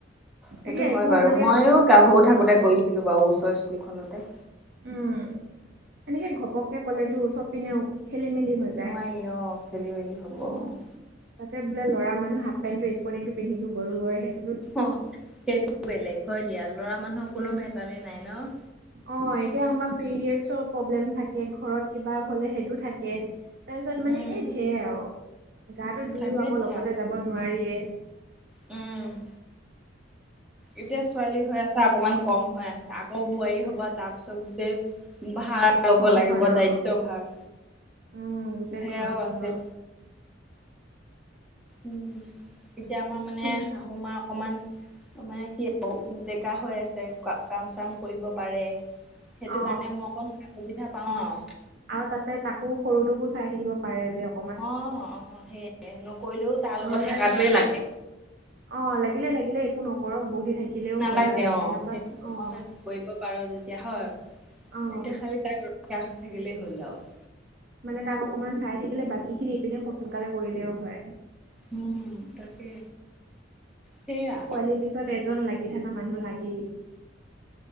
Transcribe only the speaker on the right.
এতিয়া
একো
মানে
অ
উম! এনেকে, ঘপককে ক'লেতো, চবপিনেও খেলি-মেলি হৈ যায়।
<inaudible>
উম! তাতে, বোলে ল'ৰা মানুহ, হাফপেনটো-স্পৰ্টিংটো পিন্ধিছোঁ, গ'লগৈ। সেইটো,
অ'! এতিয়া আমাৰ, পিৰিয়ডচৰ প্ৰব্লেম থাকে, ঘৰত কিবা হ'লে, সেইটো থাকে। তাৰপিছত মানে,
এই ধেৰ আৰু। গাটো ধুইও
আকৌ,
লগতে যাব নোৱাৰিয়ে।
ঘৰখন
অ
উম গোটেই
ঘৰখনৰ
তুম
অ
আৰু তাতে, তাকো সৰুটোকো চাই থাকিব পাৰে, যে। অ'!
নহ'লে,
অ'! লাগিলে-লাগিলে, একো নকৰক বহি থাকি থাকিলেও
হ'ল আৰু।
তেনেকুৱা,
অ'!
অ
মানে, তাক অকমান চাই থাকিলে, বাকী খিনি ইপিনে, সোনকালে কৰিলেও হয়।
এ, পোৱালিৰ পিছত, এজন লাগি থকা মানুহ লাগেই।